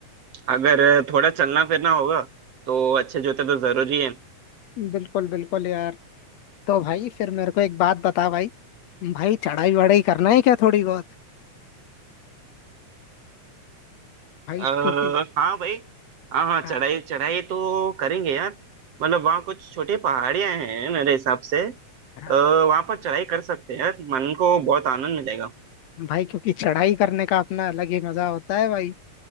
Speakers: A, on the right; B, on the left.
A: अगर थोड़ा चलना फिरना होगा तो अच्छे जूते तो जरूरी है
B: बिल्कुल बिल्कुल यार तो भाई फिर मेरे को एक बात बता भाई भाई चढ़ाई वढ़ाई करना है क्या थोड़ी बहुत भाई
A: आ,
B: क्योंकि
A: हाँ भाई हाँ हाँ चढ़ाई
B: हाँ
A: चढ़ाई तो करेंगे यार मतलब वहाँ कुछ छोटे पहाड़ियाँ हैं मेरे हिसाब से आ,
B: हाँ
A: वहाँ पर चढ़ाई कर सकते हैं यार मन को बहुत आनंद मिलेगा
B: भाई क्योंकि चढ़ाई करने का अपना अलग ही मजा होता है भाई